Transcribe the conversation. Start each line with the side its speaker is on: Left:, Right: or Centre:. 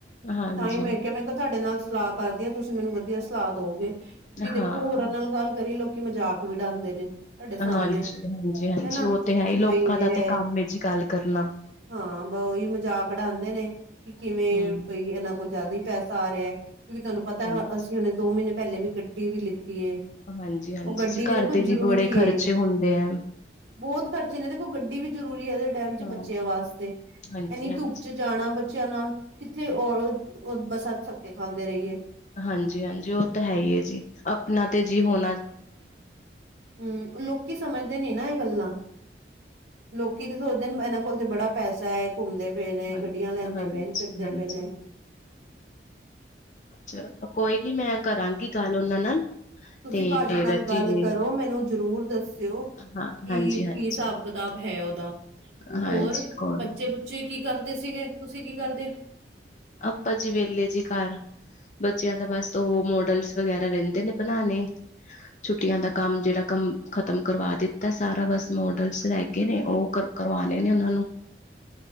Left: ਹਾਂਜੀ,
Right: ਤਾਂ ਹੀ ਮੈਂ ਕਿਹਾ ਮੈਂ ਕਿਹਾ ਤੁਹਾਡੇ ਨਾਲ ਸਲਾਹ ਕਰ ਦੀਆ ਤੁਸੀਂ ਮੈਨੂੰ ਵਧੀਆ ਸਲਾਹ ਦਓਗੇ, ਕਿਉਂਕਿ ਦੇਖੋ
Left: ਹਾਂ
Right: ਹੋਰਾਂ ਨਾਲ ਗੱਲ ਕਰੀਏ, ਲੋਕੀ ਮਜ਼ਾਕ ਵੀ ਡਾਦੇ ਨੇ। ਤੁਹਾਡੇ ਸਾਹਮਣੇ
Left: ਹਾਂਜੀ, ਹਾਂਜੀ, ਹਾਂਜੀ
Right: ਹਨਾ
Left: ਉਹ ਤੇ
Right: ਕਿ
Left: ਹੈ ਹੀ, ਲੋਕਾਂ
Right: ਬਈ
Left: ਦਾ
Right: ਇਹ
Left: ਤੇ ਕੰਮ ਹੈ ਜੀ ਗੱਲ ਕਰਨਾ,
Right: ਹਾਂ ਬ ਉਹੀ ਮਜ਼ਾਕ ਡਾਂਦੇ ਨੇ, ਕਿ ਕਿਵੇਂ
Left: ਹੂੰ।
Right: ਬਈ ਇਹਨਾ ਕੁ ਜ਼ਿਆਦਾ ਹੀ ਪੈਸਾ ਆ ਰਿਹਾ, ਕਿਉਂਕਿ ਤੁਹਾਨੂੰ ਪਤਾ
Left: ਹਾਂਜੀ,
Right: ਅਸੀਂ ਹੁਣੇ ਦੋ ਮਹੀਨੇ ਪਹਿਲੇ ਵੀ ਗੱਡੀ ਵੀ ਲਿੱਤੀ।
Left: ਹਾਂਜੀ, ਹਾਂਜੀ
Right: ਉਹ ਗੱਡੀ
Left: ਜੀ,
Right: ਵੀ
Left: ਘਰ
Right: ਦੇਖੋ
Left: ਦੇ ਜੀ
Right: ਜ਼ਰੂਰੀ
Left: ਬੜੇ ਖਰਚੇ
Right: ਏ
Left: ਹੁੰਦੇ ਆ।
Right: ਬਹੁਤ ਖਰਚੇ ਨੇ ਦੇਖੋ ਗੱਡੀ ਵੀ ਜ਼ਰੂਰੀ ਐ, ਉਹਦੇ ਟਾਈਮ
Left: ਹਾਂ
Right: ਬੱਚਿਆਂ ਵਾਸਤੇ,
Left: ਹਾਂਜੀ-ਹਾਂਜੀ।
Right: ਇਨੀ ਧੁੱਪ 'ਚ ਜਾਣਾ ਬੱਚਿਆਂ ਨਾਲ ਕਿੱਥੇ ਉ ਬੱਸਾ ਥਕੇ ਖਾਂਦੇ ਰਹੀਏ।
Left: ਹਾਂਜੀ, ਹਾਂਜੀ ਉਹ ਤਾਂ ਹੈ ਹੀ ਹੈ ਜੀ, ਆਪਣਾ ਤੇ ਜੀ ਹੋ
Right: ਹੂੰ, ਲੋਕੀ ਸਮਝ ਨੀ ਨਾ ਇਹ ਗੱਲਾਂ, ਲੋਕੀ ਤਾਂ ਸੋਚਦੇ ਨੇ ਇਹਨਾਂ ਕੋਲ ਤੇ ਬੜਾ ਪੈਸਾ ਐ। ਘੁੰਮਦੇ ਪਏ ਨੇ।
Left: ਹਾਂਜੀ।
Right: ਗੱਡੀਆਂ ਲੈਂਦੇ
Left: ਹਾਂਜੀ-ਹਾਂਜੀ
Right: ਪਏ ਨੇ। ਫਿਰਦੇ ਪਏ ਨੇ
Left: ਚਲੋਂ, ਕੋਈ ਨੀ ਮੈਂ ਕਰਾਂਗੀ ਗੱਲ ਉਹਨਾਂ ਨਾਲ।
Right: ਤੁਸੀਂ
Left: ਤੇ
Right: ਭਾਜੀ
Left: ਫੇਰ
Right: ਨਾਲ ਗੱਲ
Left: ਜਿਵੇਂ
Right: ਕਰੋ, ਮੈਨੂੰ ਜ਼ਰੂਰ ਦੱਸਿਓ। ਕੀ,
Left: ਹਾਂ ਹਾਂਜੀ-ਹਾਂਜੀ,
Right: ਕੀ ਹਿਸਾਬ ਕਿਤਾਬ ਹੈ, ਉਹ
Left: ਹਾਂਜੀ ਹਾਂਜੀ
Right: ਹੋਰ
Left: ਕੋਈ
Right: ਬੱਚੇ-
Left: ਨੀ
Right: ਬੁੱਚੇ ਕੀ ਕਰਦੇ ਸੀਗੇ? ਤੁਸੀਂ ਕੀ ਕਰਦੇ?
Left: ਆਪਾਂ ਜੀ ਵੇਹਲੇ ਜੀ ਘਰ, ਬੱਚਿਆਂ ਦਾ ਬਸ ਉਹ ਮੋਡਲਸ ਵਗੈਰਾ ਰਹਿੰਦੇ ਨੇ ਬਨਾਣੇ, ਛੁੱਟੀਆਂ ਦਾ ਕੰਮ ਜਿਹੜਾ ਕੰਮ ਖ਼ਤਮ ਕਰਵਾ ਦਿੱਤਾ। ਤਾਂ ਸਾਰਾ ਬਸ ਮੋਡਲਸ ਰਹਿ ਗੇ ਨੇ, ਉਹ ਕਰਵਾਣੇ ਨੇ ਉਹਨਾਂ ਨੂੰ